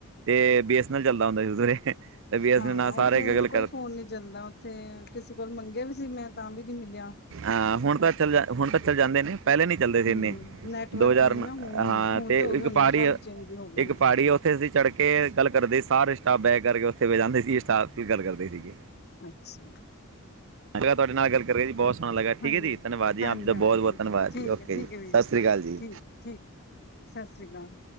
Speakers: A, on the right (about 60°); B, on the left (about 50°).
A: ਤੇ ਬੀ ਐਸ ਐਨ ਐੱਲ ਚੱਲਦਾ ਹੁੰਦਾ ਸੀ ਉਸ ਵੇਲੇ, ਤੇ ਬੀ ਐਸ
B: ਹਾਂ
A: ਐਨ ਐਲ ਨਾਲ
B: ਉੱਥੇ
A: ਸਾਰੇ ਗੱਲ
B: ਤਾਂ ਕੋਈ
A: ਕਰ
B: ਫੋਨ ਨੀ ਚੱਲਦਾ, ਉੱਥੇ ਕਿਸੇ ਕੋਲ ਮੰਗੇਆ ਵੀ ਸੀ ਮੈਂ ਤਾਂ ਵੀ ਨੀ ਮਿਲਿਆ,
A: ਆ, ਹੁਣ ਤੱਕ ਚੱਲ ਹੁਣ ਤੱਕ ਚੱਲ ਜਾਂਦੇ ਨੇ ਪਹਿਲੇ ਨਈ, ਚੱਲਦੇ ਸੀ
B: ਹੂੰ,
A: ਇੰਨੇ
B: ਨੈਟਵਰਕ
A: ਦੋ ਚਾਰ
B: ਨੀ ਨਾ ਹੁਣ
A: ਹਾਂ
B: ਹੋ ਜਾ ਹੁਣ
A: ਤੇ
B: ਹੋ ਗਏ
A: ਇੱਕ
B: ਹੁੰਦੇ
A: ਪਾੜੀ-
B: ਨੇ ਕਾਫੀ ਚੇਂਜ ਹੋ ਗਏ
A: ਇੱਕ
B: ਨੇ।
A: ਪਾੜੀ, ਔ ਉੱਥੇ ਅਸੀਂ ਚੜ੍ਹ ਕੇ ਗੱਲ ਕਰਦੇ ਸੀ, ਸਾਰੇ, ਸਟਾਫ ਬੈਕ ਕਰਕੇ ਉੱਥੇ ਜਾਂਦੇ ਸੀ, ਸਟਾਫ ਦੀ ਗੱਲ ਕਰਦੇ ਸੀਗੇ,
B: ਅੱਛਾ <unintelligible>
A: ਅਗਰ ਤੁਹਾਡੇ ਨਾਲ ਆ ਗੱਲ ਕਰੀਏ ਜੀ ਬੋਤ, ਹੋਣ ਲੱਗਾ ਠੀਕ
B: ਹਾਂਜੀ,
A: ਹੈ ਜੀ ਧੰਨਵਾਦੀ
B: ਹਾਂਜੀ,
A: ਹਾ, ਆਪ ਜੀ ਦਾ
B: ਹਾਂਜੀ
A: ਬੋਤ -ਬੋਤ ਧੰਨਵਾਦ,
B: ਠੀਕ
A: ਓਕੇ
B: ਹੈ, ਠੀਕ
A: ਜੀ
B: ਹੈ ਵੀਰ
A: ਸਤਿ ਸ਼੍ਰੀ ਅਕਾਲ ਜੀ।
B: ਠੀਕ, ਹੈ, ਠੀਕ ਸਤਿ ਸ਼੍ਰੀ ਅਕਾਲ,,